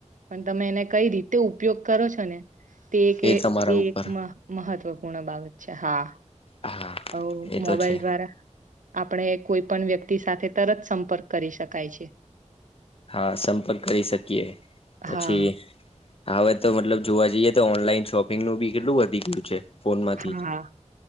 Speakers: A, on the right; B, on the left.
A: પણ તમે એને કઈ રીતે ઉપયોગ કરો છો ને તે એક એક
B: એ તમારા ઉપર
A: મહત્વપૂર્ણ બાબત છે હા
B: હા
A: હવ
B: એ
A: મોબાઈલ
B: તો છે
A: દ્વારા આપણે કોઈ પણ વ્યક્તિ સાથે તરત સંપર્ક કરી શકાય છે
B: હા સંપર્ક કરી શકીએ પછી
A: હા
B: હવે તો મતલબ જોવા જઈએ તો ઓનલાઈન શોપિંગનું બી કેટલું વધી ગયું છે ફોનમાંથી
A: હા
B: જ